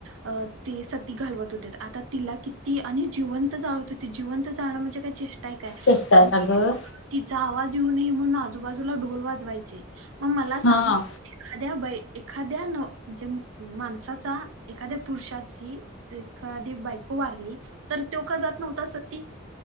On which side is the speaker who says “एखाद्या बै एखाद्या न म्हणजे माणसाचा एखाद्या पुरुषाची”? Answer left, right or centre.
Right